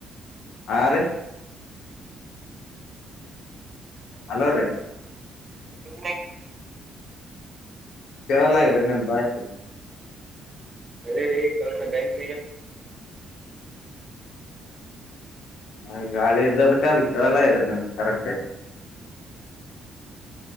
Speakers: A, on the left (about 75°); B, on the right (about 30°).
A: ಆರು ಅಲೋ ರೀ
B: <inaudible>
A: ತರಲಗಿದ್ರ ನಿಮ ಭಾಷ್ಟೆ
B: ಅದೇ ರೀ ಕಲ್ಸ ಬ್ಯಾಂಕ್
A: ಹಾಗೆ ಗಾಳೆದ ಇಕ್ಕ ವಕ್ಕವ ದ ಕರೆಕ್ಟ್